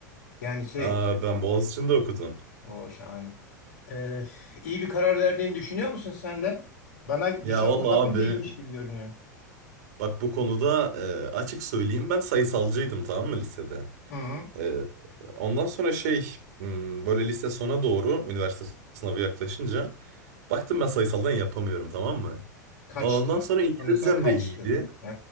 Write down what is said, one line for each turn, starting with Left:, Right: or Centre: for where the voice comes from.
Left: Yani şey
Right: Aa,
Left: e,
Right: ben Boğaziçi'nde okudum.
Left: O şahane. Ee, iyi bir karar verdiğini düşünüyor musun sen de? Bana
Right: Ya
Left: dışarıdan
Right: vallahi
Left: bakınca
Right: abi
Left: iyiymiş gibi görünüyor.
Right: bak bu konuda e, açık söyleyeyim ben sayısalcıydım tamam mı lisede?
Left: Hı hı.
Right: Ee, ondan sonra şey hmm, böyle lise sona doğru üniversite sınavı yaklaşınca baktım ben sayısaldan yapamıyorum tamam mı?
Left: Kaçtın.
Right: Ondan sonra İngilizcem
Left: Ondan sonra kaçtın.
Right: de iyiydi.
Left: He,